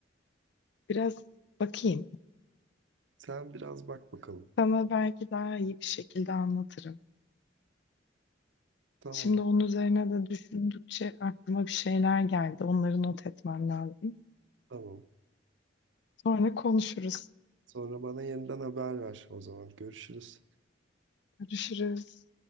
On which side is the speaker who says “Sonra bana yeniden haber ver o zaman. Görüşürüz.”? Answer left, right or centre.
Right